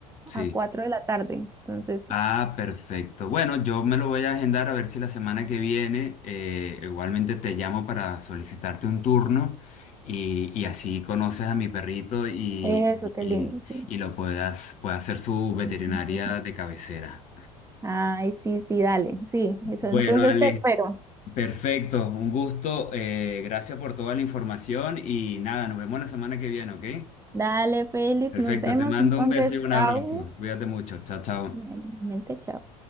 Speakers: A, on the left; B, on the right.
A: sí.
B: a 4 de la tarde. Entonces,
A: Ah, perfecto. Bueno, yo me lo voy a agendar a ver si la semana que viene eh, igualmente te llamo para solicitarte un turno y, y así conoces a mi perrito y,
B: eso,
A: y,
B: qué
A: y-
B: lindo, sí.
A: y lo puedas, pueda hacer su veterinaria
B: <laughs>
A: de cabecera.
B: Ay, sí, sí, dale, sí,
A: Bueno,
B: eso. Entonces
A: Ale.
B: te espero.
A: Perfecto, un gusto. eh, gracias por toda la información y nada, nos vemos la semana que viene, ¿ok?
B: Dale, Félix,
A: Perfecto,
B: nos vemos.
A: te mando
B: Entonces,
A: un beso y un
B: chao.
A: abrazo. Cuídate mucho. Chao, chao.
B: Realmente, chao.